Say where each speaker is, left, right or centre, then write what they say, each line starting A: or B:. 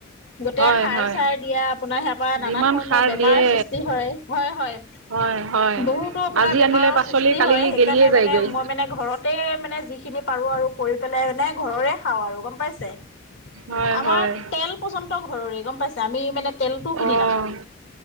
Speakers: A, on the left; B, on the right.
A: গোটেই
B: হয়
A: সাৰ
B: হয়
A: চাৰ দিয়া, আপোনাৰ সাৰ পৰা নানা
B: যিমান
A: ধৰণৰ
B: সাৰ
A: বেমাৰ
B: দিয়ে
A: সৃষ্টি হয়। হয়, হয়।
B: হয় হয়
A: বহুতো আপোনাৰ
B: আজি
A: বেমাৰৰ
B: আনিলে পাচলি
A: সৃষ্টি
B: কালিলৈ
A: হয়। সেইকাৰণে
B: গেলিয়ে যায়গৈ
A: মানে মই মানে। ঘৰতে মানে যিখিনি পাৰো আৰু কৰি পেলাই মানে ঘৰৰে খাওঁ আৰু গম পাইছে।
B: হয়
A: আমাৰ
B: হয়
A: তেল পৰ্যন্ত ঘৰৰে, গম পাইছা? আমি মানে তেলটো কিনি
B: অঁ
A: নাখাওঁ,